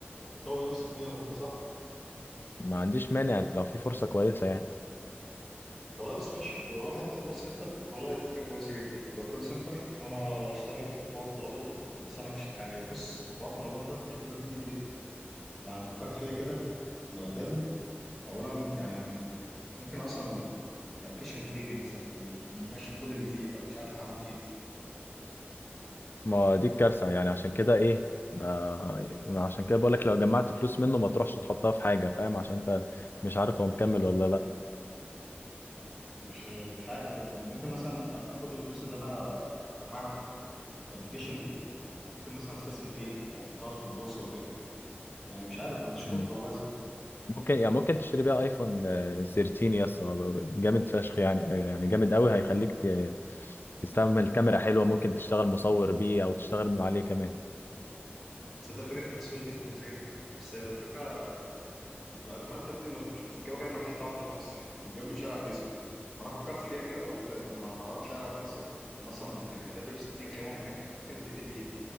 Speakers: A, in the centre; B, on the left (about 60°).
A: تقوي نفسك فيها وكده صح
B: ما عنديش مانع لو في فرصه كويسه يعني
A: خلاص ماشي وروح انت كول سنتر والله فكره كويسه جدا تبقى كول سنتر وانا اشتغل في حوار طلبات ده بس انا مش يعني بص حوار طلبات ده المشكله فيه ايه يعني فكرت فيها كده انا قدام اولا يعني ممكن اصلا الابلكيشن يتلغي مثلا او يمشي كل اللي فيه فانا مش عارف انا هعمل فيه ايه
B: ما دي الكارثة يعني عشان كده ايه ما ما عشان كده بقولك لو جمعت فلوس منه ما تروحش تحطها في حاجة فاهم عشان انت مش عارف هو مكمل ولا لا
A: مش مش عارف يا ابني انا ممكن مثلا اخد الفلوس اللي انا اجمعها من الابلكيشن دي ممكن مثلا استثمر فيها او احطها في البورصه وكده يعني مش عارف ما عنديش خطه
B: مم.
A: والله ثابته
B: ممكن يعني ممكن تشتري بيها ايفون آه، 13 يا اسطى جامد فشخ يعني يعني جامد قوي هيخليك ت- تستعمل كاميرا حلوة ممكن تشتغل مصور بيه او تشتغل من عليه كمان
A: تصدق فكره التصوير دي كويسه جدا بس فكره الايفونات يا ابني ما- مش بتتجاب غير من حته واحده في مصر بتتجاب من شارع فيصل وانا فكرت فيها كده قلت طب ما انا هروح شارع فيصل انا اصلا يعني ده ب 60 خناقه هناك ممكن اتقتل فيها